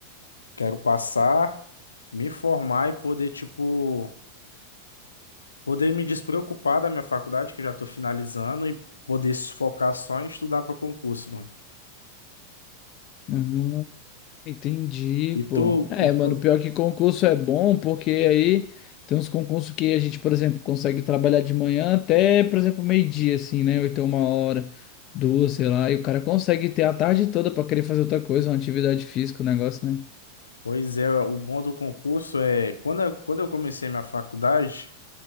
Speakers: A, on the left; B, on the left.
A: quero passar, me formar e poder, tipo, poder me despreocupar da minha faculdade, que eu já tô finalizando, e poder se focar só em estudar para concurso, mano.
B: Uhum, entendi,
A: E
B: pô.
A: tu,
B: É,
A: e
B: mano,
A: tu,
B: pior que concurso é bom, porque aí tem uns concursos que a gente, por exemplo, consegue trabalhar de manhã até, por exemplo, meio-dia, assim, né? Ou então uma hora, duas, sei lá. E o cara consegue ter a tarde toda para querer fazer outra coisa, uma atividade física, um negócio, né?
A: pois é, o bom do concurso é, quando eu, quando eu comecei minha faculdade,